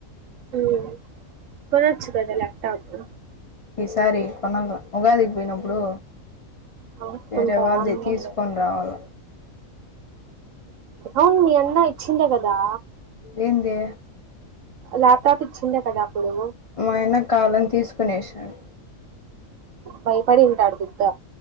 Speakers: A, on the right (about 70°); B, on the left (about 50°).
A: ఉమ్మ్ కొనొచ్చు కదా ల్యాప్టాపు
B: ఈసారి కొనాల ఉగాది పోయినప్పుడు
A: కొనుక్కుంటావా
B: వేరే వాళ్ళది
A: ఆన్లైన్
B: తీసుకొని
A: లో
B: రావాల
A: అవును మీ అన్న ఇచ్చిందే కదా
B: ఏంది
A: ల్యాప్టాప్ ఇచ్చిందే కదా అప్పుడు
B: మా ఆయన కావాలని తీసుకొనేసినాడు
A: బయపడింటాడుది ట